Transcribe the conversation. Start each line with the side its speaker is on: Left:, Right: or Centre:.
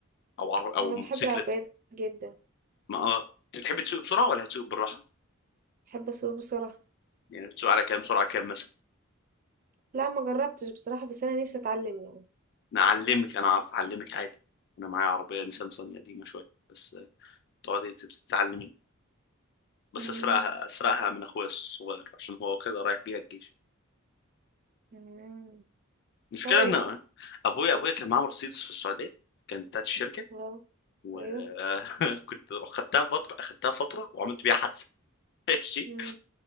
Left: او عر... او
Right: انا
Left: موتوسيكل
Right: بحب العربيات جدا
Left: ما اه انت بتحب تسوق بسرعه ولا هتسوق بالراحه
Right: بحب اسوق بسرعه
Left: يعني بتسوق على كام سرعه كام مثلا
Right: لا ما جربتش بصراحه بس انا نفسي اتعلم يعني
Left: انا اعلمك انا اعرف اعلمك عادي انا معايا عربيه نيسان صني قديمه شويه بس آه، تقعدي تتعلمي
Right: مم.
Left: بس اسرقها اسرقها من اخويا الصغير عشان هو واخدها رايح بيها الجيش
Right: مم.
Left: المشكله
Right: كويس
Left: ان آه، ابويا ابويا كان معاه مرسيدس في السعوديه كانت بتاعت الشركه
Right: اه
Left: وكنت
Right: ايوه
Left: <laughs> خدتها فتره اخدتها فتره وعملت بيها حادثه ماشي
Right: مم.